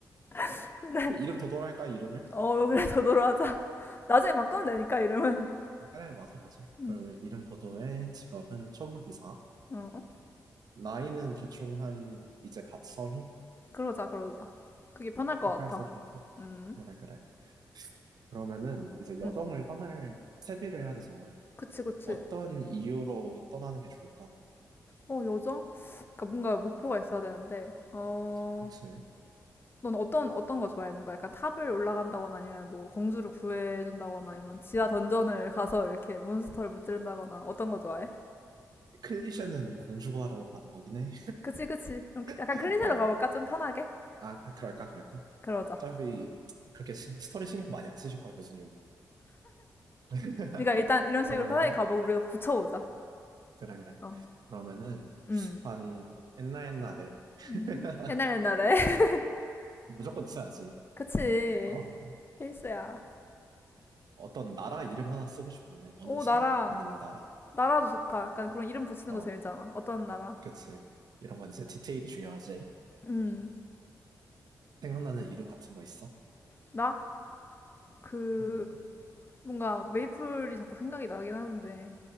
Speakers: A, on the left (about 30°); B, on the right (about 65°).
A: <laughs> 근데,
B: <laughs> 이름 도도로 할까, 이름을?
A: 어, 그래, 도도로 하자. <laughs> 나중에 바꾸면 되니까, 이름은.
B: 아, 그래, 맞아, 맞아.
A: 응,
B: 그러면 이름 도도의 직업은 초보 기사.
A: 어, 어?
B: 나이는 대충 한 이제 갓 성인?
A: 그러자, 그러자. 그게 편할 것
B: 18세
A: 같아.
B: 정도?
A: 음,
B: 그래 그래. 그러면은 이제 여정을
A: 음.
B: 떠날 채비를 해야 되잖아.
A: 그치, 그치.
B: 어떤 이유로 떠나는 게 좋을까?
A: 어, 요정? 그러니까 뭔가 목표가 있어야 되는데, 어,
B: 그치?
A: 넌 어떤, 어떤 거 좋아해? 뭔가 약간 탑을 올라간다거나 아니면 뭐 공주를 구해준다거나 아니면 지하 던전을 가서 이렇게 몬스터를 무찌른다거나 어떤 거 좋아해?
B: 클리셰는 공주과라고 가는 거긴 해.
A: 그치, 그치. 그럼 그- 약간
B: <laughs>
A: 클리셰로
B: 어.
A: 가볼까?
B: 아,
A: 좀 편하게?
B: 아, 그럴까 그럴까?
A: 그러자.
B: 어차피 그렇게 시- 스토리 신경 많이 안 쓰실 거야 교수님. <laughs>
A: 그러니까 일단 이런 식으로
B: 그러면
A: 편하게 가보고 우리가 붙여보자.
B: 그래 그래.
A: 어,
B: 그러면은
A: 음.
B: 한 옛날 옛날에 <laughs>
A: 음. 옛날 옛날에. <laughs>
B: 무조건 있어야지.
A: 그치.
B: 어.
A: 필수야.
B: 어떤 나라 이름 하나 쓰고 싶은데 어느
A: 오,
B: 성?
A: 나라.
B: 아니면 나라?
A: 나라도 좋다. 약간 그런 이름 붙이는
B: 어,
A: 거 재밌잖아. 어떤 나라?
B: 그치. 이런 건 이제 디테일이 중요하지.
A: 음.
B: 생각나는 이름 같은 거 있어?
A: 나? 그,
B: 음,
A: 뭔가 메이플이 자꾸 생각이 나긴 하는데.